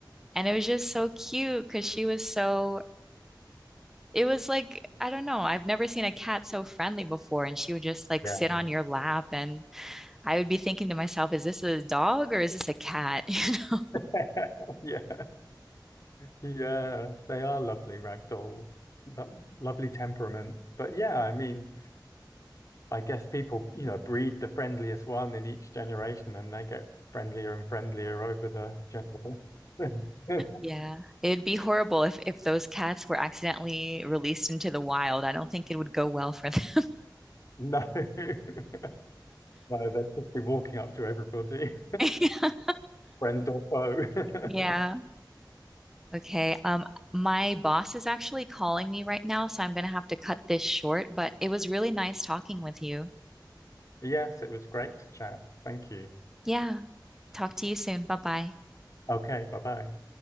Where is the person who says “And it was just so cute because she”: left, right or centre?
Centre